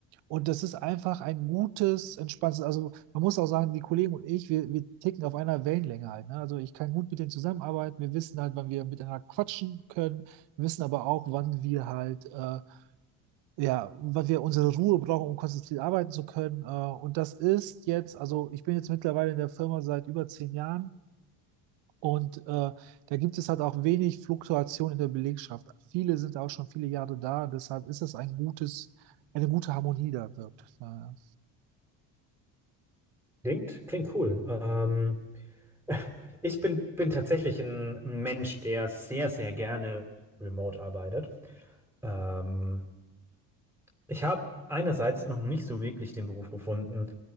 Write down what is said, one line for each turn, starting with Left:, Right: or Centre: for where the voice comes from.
Right: und das ist einfach ein gutes, entspanntes, also man muss auch sagen, die Kollegen und ich, wir, wir ticken auf einer Wellenlänge halt. Ne? Also ich kann gut mit denen zusammenarbeiten. Wir wissen halt, wann wir miteinander quatschen können. Wir wissen aber auch, wann wir halt, äh, ja, wann wir unsere Ruhe brauchen, um konzentriert arbeiten zu können. Äh, und das ist jetzt, also ich bin jetzt mittlerweile in der Firma seit über zehn Jahren. Und äh, da gibt es halt auch wenig Fluktuation in der Belegschaft. Viele sind auch schon viele Jahre da, deshalb ist das ein gutes, eine gute Harmonie da wirkt. Äh,
Centre: Klingt, klingt cool. Ähm, <laughs> ich bin, bin tatsächlich ein Mensch, der sehr, sehr gerne remote arbeitet. Ähm, ich habe einerseits noch nicht so wirklich den Beruf gefunden,